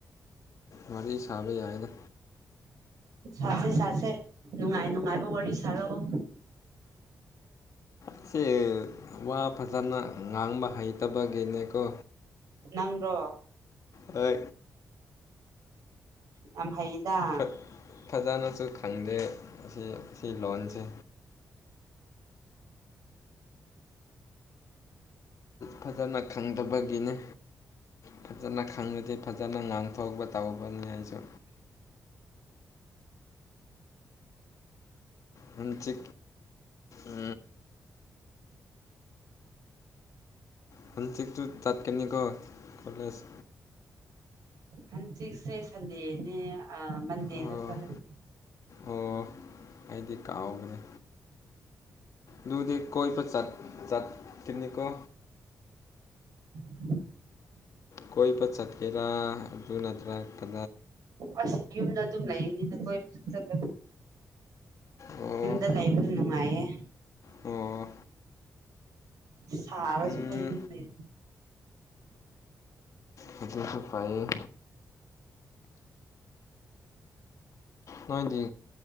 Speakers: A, on the left (about 60°); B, on the right (about 80°).
A: ꯋꯥꯔꯤ ꯁꯥꯕ ꯌꯥꯏꯅ
B: ꯁꯥꯁꯦ ꯁꯥꯁꯦ ꯅꯨꯡꯉꯥꯏ ꯅꯨꯡꯉꯥꯏꯕ ꯋꯥꯔꯤ ꯁꯥꯔꯛꯑꯣ
A: ꯑꯁꯤꯁ ꯋꯥ ꯐꯖꯅ ꯉꯥꯡꯕ ꯍꯩꯇꯕꯒꯤꯅꯦꯀꯣ
B: ꯅꯪ꯭ꯔꯣ
A: ꯍ
B: ꯌꯥꯝꯝ ꯍꯩꯗ
A: ꯐ- ꯐꯖꯅꯁꯨ ꯈꯪꯗꯦ ꯑꯁꯤ ꯁꯤ ꯂꯣꯟꯁꯦ ꯐꯖꯅ ꯈꯪꯗꯕꯒꯤꯅꯤ ꯐꯖꯅ ꯈꯪꯉꯗꯤ ꯐꯖꯅ ꯉꯥꯡꯊꯣꯛꯄ ꯇꯧꯕꯅꯤ ꯑꯩꯁꯨ ꯃ ꯆꯤ ꯎ ꯍ ꯊ ꯇ ꯇꯥꯛ ꯀꯅꯤꯀꯣ ꯀꯂꯦꯖ
B: ꯍꯟ ꯁꯤꯛꯁꯦ ꯁꯟꯗꯦꯅꯦ ꯃꯟꯗꯦꯗ
A: ꯑꯣ
B: ꯆꯠꯂꯦꯅꯦ
A: ꯑꯣ ꯑꯩꯗꯤ ꯀꯥꯎꯈ꯭ꯔꯦ ꯂꯗꯨꯗ ꯀꯣꯏ ꯄ ꯆ ꯆꯥꯇꯅꯤ ꯀꯣ
B: ꯎꯝ
A: ꯀꯣꯏ ꯄ ꯆꯠꯀꯦꯔꯥ ꯑꯗꯨ ꯑꯗꯨ ꯅꯠꯇ꯭ꯔ ꯀ
B: ꯑꯁ ꯌꯨꯝꯗ ꯑꯗꯨꯝ ꯂꯩꯅꯤꯅ ꯀꯣꯏꯕꯁꯨ ꯆꯠꯂꯦ
A: ꯑꯣ
B: ꯌꯨꯝꯗ ꯂꯩꯕ ꯑꯗꯨ ꯅꯨꯡꯉꯥꯏꯌꯦ
A: ꯑꯣ
B: ꯁꯔꯁꯨ
A: ꯎꯝ
B: ꯀꯏ ꯂꯩꯕꯣ
A: ꯐꯠꯇꯁꯨ ꯐꯥꯏ ꯅꯣꯏꯗꯤ